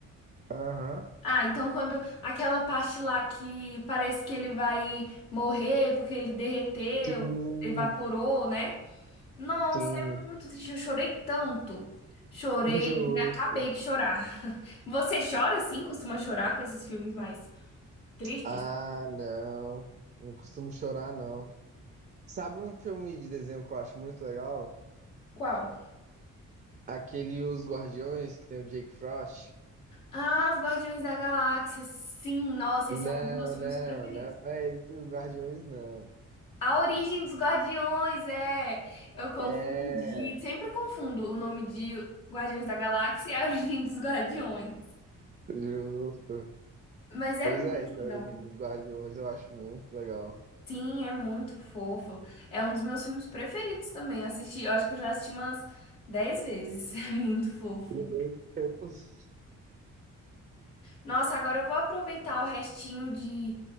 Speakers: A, on the right; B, on the left.
A: Aham.
B: Ah, então quando aquela parte lá que parece que ele vai morrer porque ele derreteu,
A: Sim,
B: evaporou, né? Nossa,
A: sim.
B: é muito triste. Eu chorei tanto. Chorei,
A: Injusto.
B: me acabei de chorar. <laughs> Você chora assim? Costuma chorar com esses filmes mais tristes?
A: Ah, não. Não costumo chorar, não. Sabe um filme de desenho que eu acho muito legal?
B: Qual?
A: Aquele Os Guardiões, que tem o Jake Frost.
B: Ah, Os Guardiões da Galáxia. Sim, nossa,
A: Não,
B: esse é um dos meus filmes
A: não,
B: preferidos.
A: não é esse Os Guardiões, não.
B: A Origem dos Guardiões, é. Eu confundi.
A: É,
B: Sempre confundo o nome de Guardiões da Galáxia e a <laughs> Origem dos Guardiões.
A: justo.
B: Mas é
A: Pois
B: muito
A: é, essa
B: legal.
A: origem dos Guardiões eu acho muito legal.
B: Sim, é muito fofo. É um dos meus filmes preferidos também. Assisti, eu acho que eu já assisti umas 10 vezes. <laughs> É muito fofo.
A: Meu Deus.
B: Nossa, agora eu vou aproveitar o restinho de,